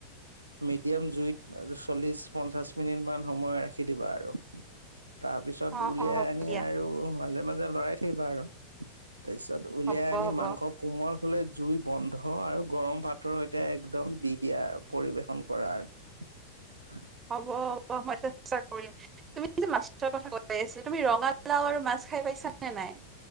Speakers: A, on the right (about 80°); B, on the right (about 25°).
A: মিডিয়াম জুইত চল্লিশ পঞ্চাশ মিনিট মান সময় ৰাখি দিবা আৰু। তাৰ পিছত
B: অ',
A: উলিয়াই
B: অ', হ'ব
A: আনি
B: দিয়া
A: আৰু মাজে মাজে লৰাই থাকিবা আৰু, তাৰপিছত ছত উলিয়াই
B: হ'ব
A: আনি
B: হ'ব।
A: মাংস কোমল হলে জুই বন্ধ আৰু গৰম পাতৰ সৈতে একদম দি দিয়া আৰু পৰিবেশন কৰা আৰু। হয়। <unintelligible>
B: হ'ব হ'ব মই চেষ্টা কৰিম। তুমি মাছৰ কথা কৈ আছ, তুমি ৰঙালাও আৰু মাছ মাছ খাই পাইছা নে নাই।